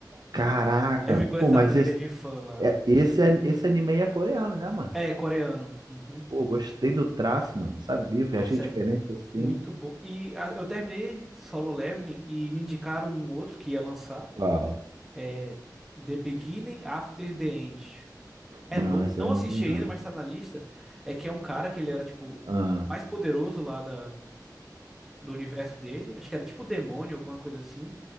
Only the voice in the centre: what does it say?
<laughs> Aí ficou
essa
briga
de fã lá.
É, coreano. Uhum.
Nossa,
é mu-
muito bom. E a- eu terminei Solo Leveling e me indicaram um outro que ia lançar.
É The Beginning After the End. É
novo,
não
assisti
ainda, mas tá na lista. É que é um cara que ele era, tipo,
o mais poderoso lá da, do universo dele. Acho que era tipo demônio, alguma coisa assim.